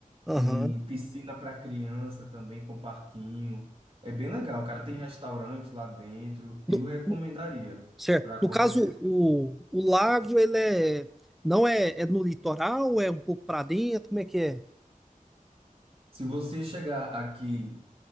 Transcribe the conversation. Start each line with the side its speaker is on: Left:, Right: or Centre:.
Centre: Aham.
Right: tem piscina para criança também com parquinho. É bem legal, cara. Tem restaurante lá dentro. Eu
Centre: Uhum.
Right: recomendaria
Centre: Certo.
Right: para qualquer
Centre: No caso,
Right: pessoa.
Centre: o, o lago, ele é, não é, é no litoral, é um pouco para dentro, como é que é?
Right: Se você chegar aqui